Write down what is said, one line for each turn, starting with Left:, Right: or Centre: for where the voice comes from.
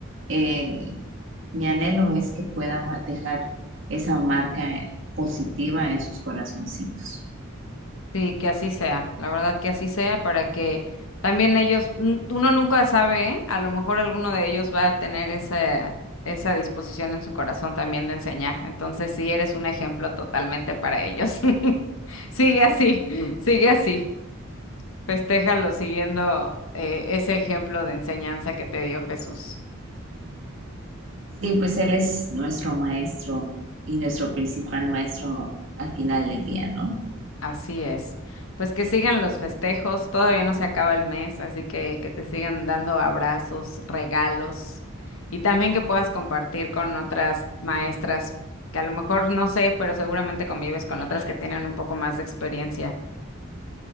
Right: eh, mi anhelo es que pueda ma- dejar esa marca positiva en sus corazoncitos.
Left: Sí, que así sea, la verdad que así sea para que también ellos, n- uno nunca sabe, ¿eh? A lo mejor alguno de ellos va a tener esa, esa disposición en su corazón también de enseñar. Entonces sí, eres un ejemplo totalmente para ellos. <laughs> Sigue así, Mm. sigue así. Festéjalo siguiendo eh, ese ejemplo de enseñanza que te dio Jesús.
Right: Sí, pues Él es nuestro maestro y nuestro principal maestro al final del día, ¿no?
Left: Así es. Pues que sigan los festejos, todavía no se acaba el mes, así que que te sigan dando abrazos, regalos y también que puedas compartir con otras maestras que a lo mejor no sé, pero seguramente convives con otras que tienen un poco más de experiencia.